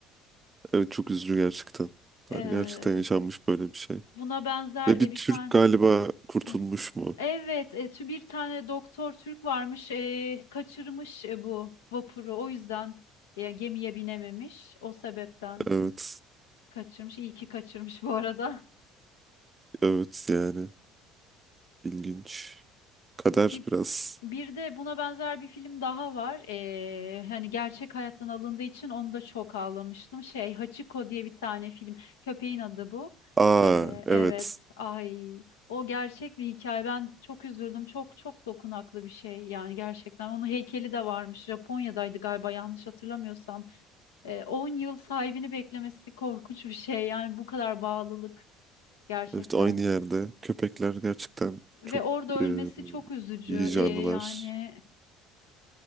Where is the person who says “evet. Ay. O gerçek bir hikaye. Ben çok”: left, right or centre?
Left